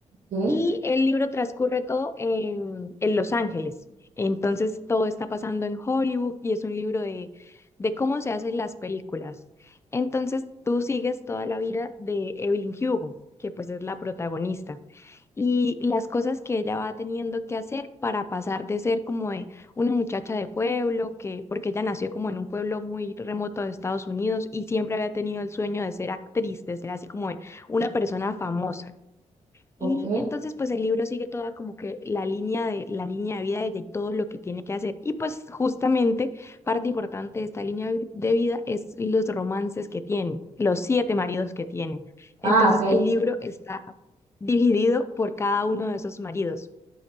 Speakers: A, on the right (about 75°); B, on the left (about 20°).
A: Ok,
B: Y el libro transcurre todo en, en Los Ángeles. Entonces todo está pasando en Hollywood y es un libro de, de cómo se hacen las películas. Entonces tú sigues toda la vida de Evelyn Hugo, que pues es la protagonista, y las cosas que ella va teniendo que hacer para pasar de ser como de una muchacha de pueblo, que porque ella nació como en un pueblo muy remoto de Estados Unidos y siempre había tenido el sueño de ser actriz, de ser así como de una persona famosa.
A: ok.
B: Y entonces, pues el libro sigue toda como que la línea de la línea de vida de ella y todo lo que tiene que hacer. Y pues justamente parte importante de esta línea vi- de vida es los romances que tiene, los siete maridos que tiene. Entonces,
A: Ah, ok.
B: el libro está dividido por cada uno de esos maridos.